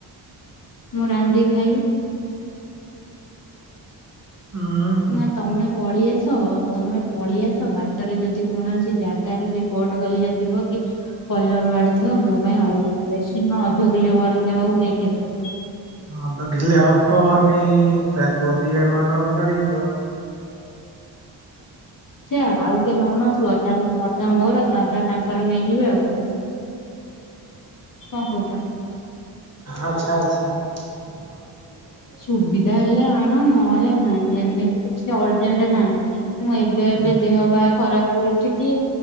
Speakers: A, on the left (about 40°); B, on the right (about 30°).
A: ମୁଁ ରାନ୍ଧିକି ଖାଇବି।
B: ହଁ।
A: ନା ତମେ ପଳେଇ ଆସ, ତମେ ପଳେଇ ଆସ, ବାଟରେ ଯଦି କୌଣସି ଜାଗାରେ ସେ ପୋଟ କଲିଜା ଥିବ କି କଲରୱାର୍ଡ ଥିବ ମୋ ପାଇଁ ଅ ବେଶୀ ନୁହଁ ଅଧ କିଲୋ ବରଞ୍ଜ ହଉ ନେଇକି ଆସି
B: ଅଧ କିଲେ ହବନି ତାକୁ ଅଧିକା ମନ ପଡିବ।
A: ଚା ଆଉ କିଏ ନଉନଥିବ ତାହେଲେ ମଧା ମୋର ଦାଦା ତାଙ୍କର ନେଇଯିବେ ଆଉ। କଣ କହୁଛ?
B: ଆଚ୍ଛା ଆଚ୍ଛା। <unintelligible>
A: ସୁବିଧା ହେଲେ ଆଣ ନହେଲେ ନାଇଁ ଏମିତି କିଛି ଅର୍ଜେଣ୍ଟ ନାଇଁ ମୁ ଏ ବେ ଏବେ
B: ହୁଁ
A: ଦେହବା ଖରାପ ରହୁଚିଟି